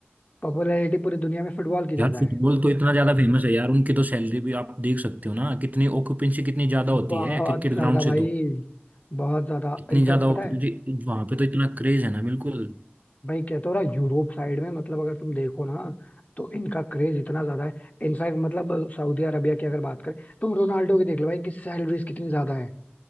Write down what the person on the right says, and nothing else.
यार फुटबॉल
तो इतना ज्यादा फेमस है यार उनकी तो सैलरी भी आप देख सकते हो ना कितनी ऑक्यूपेंसी कितनी ज्यादा होती
है क्रिकेट
ग्राउंड से
तो
इतनी
ज्यादा
ऑक्यूपेंसी
वहां पे तो इतना क्रेज है ना बिल्कुल